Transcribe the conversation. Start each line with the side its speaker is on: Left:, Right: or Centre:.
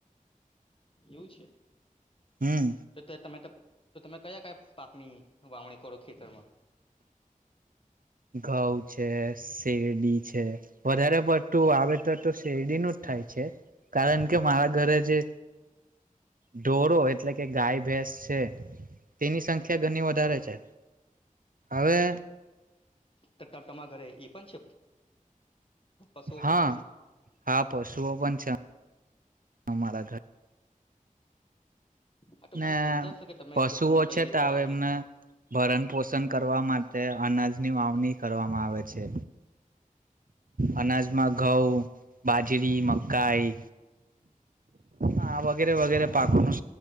Left: એવું છે.
Right: હમ
Left: તો તમે તો તમે કયા કયા પાકની વાવણી કરો ખતાર માં
Right: ગઉં છે. શેરડી છે. વધારે પડતું વાવેતર તો શેરડીનું જ થાય છે, કારણ કે મારા ઘરે જે ઢોરો એટલે કે ગાય ભેંસ છે તેની સંખ્યા સંખ્યા ઘરની
Left: હા
Right: વધારે છે હવે
Left: ટટાટમાં ઘરે એ પણ છે. પશુઓ
Right: હા
Left: પણ છે
Right: હા પશુઓ પણ છે અમારા ઘર
Left: હા તો મને
Right: ને
Left: સમજાવશો કે તમે
Right: પશુઓ
Left: ખેતરમાં કઈ
Right: છે
Left: રીતે
Right: તો
Left: વાવણી
Right: હ એમને
Left: કરો
Right: ભરણ પોષણ કરવા માટે અનાજ ની વાવણી કરવામાં આવે છે. અનાજમાં ઘઉં બાજરી, મકાઈ હા વગેરે વગેરે
Left: હા
Right: પાખનું